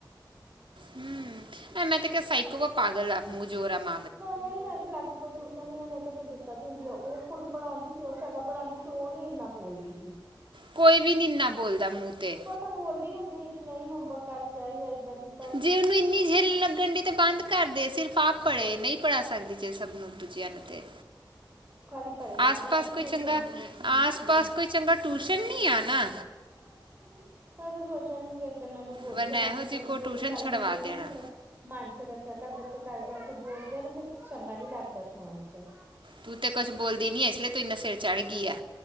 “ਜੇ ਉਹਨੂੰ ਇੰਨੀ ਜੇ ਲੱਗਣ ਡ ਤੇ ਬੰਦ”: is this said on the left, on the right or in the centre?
Right